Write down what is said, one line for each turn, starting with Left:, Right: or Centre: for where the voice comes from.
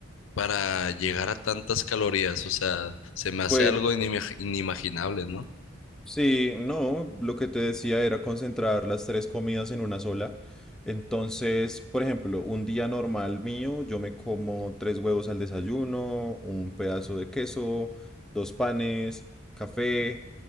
Left: para llegar a tantas calorías? O sea, se me hace
Centre: Pues
Left: algo inimag- inimaginable, ¿no?
Centre: Sí, no, lo que te decía era concentrar las tres comidas en una sola. Entonces, por ejemplo, un día normal mío, yo me como tres huevos al desayuno, un pedazo de queso, dos panes, café.